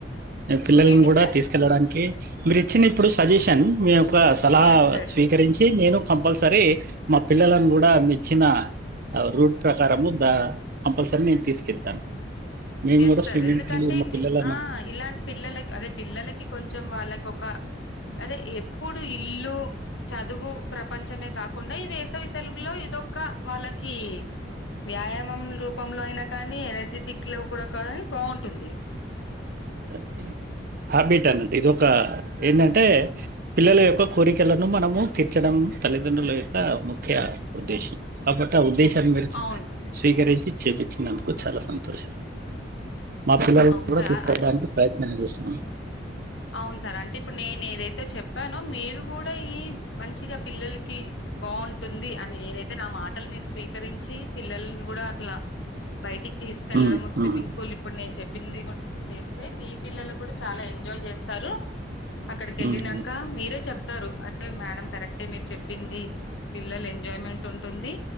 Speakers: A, on the right (about 55°); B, on the left (about 80°).
A: నే పిల్లలను
B: ఏంటి
A: కుడా
B: సార్
A: తీసుకెళ్ళడానికి మీరు ఇచ్చిన ఇప్పుడు సజెషన్ మీ యొక్క సలహా
B: ఎస్ సార్
A: స్వీకరించి నేను కంపల్సరీ మా పిల్లలను కూడా మిచ్చిన ఆ రూట్స్ ప్రకారము దా కంపల్సరీ నేను తీసుకెళ్తాను మేము
B: ఎస్
A: కూడా
B: సార్
A: స్విమ్మింగ్
B: ఎందుకంటే
A: పూల్ మా పిల్లలను
B: ఇ ఆ ఇలాంటి పిల్లల అదే పిల్లలకి కొంచెం వాళ్ళకొక అరే ఎప్పుడు ఇల్లు చదువు ప్రపంచమే కాకుండా ఈ వేసవి సెలువులో ఇదొక్క వాళ్ళకి వ్యాయామం రూపంలో అయినా కానీ ఎనర్జెటిక్ లో కూడా కానీ బావుంటుంది
A: వాళ్ళకి హాబిట్ అనట్టు ఇది ఒక ఏంటంటే పిల్లల యొక్క కోరికలను మనము తీర్చడం తల్లిదండ్రుల యొక్క ముఖ్య ఉద్దేశం కాబట్టి ఆ ఉద్దేశం మీరు
B: అవును సార్
A: స్వీకరించి చేపించినందుకు చాలా సంతోషం మా పిల్లలు
B: అవును
A: కూడా
B: సార్
A: తీసుకోడానికి
B: అ
A: ప్రయత్నం చేస్తున్నాను
B: అవును సార్ అంటే ఇప్పుడు నేను ఏదైతే చెప్పానో మీరు కూడా ఈ మంచిగా పిల్లలకి బావుంటుంది అని ఏదైతే నా మాటలు మీరు స్వీకరించి పిల్లల్ను కూడా అట్లా బయటికి తీసుకెళ్లడము
A: ఉమ్
B: స్విమ్మింగ్
A: ఉమ్
B: పూల్ ఇప్పుడు నేను చెప్ప ప్పిది కూడా చేస్తే మీ పిల్లలు కూడా చాలా ఎంజాయ్ చేస్తారు అక్కడికెళ్ళినాంక
A: ఉమ్ ఉమ్
B: మీరే చెప్తారు మేడం కరెక్టే మీరు చెప్పింది పిల్లలు ఎంజాయ్మెంట్ ఉంటుంది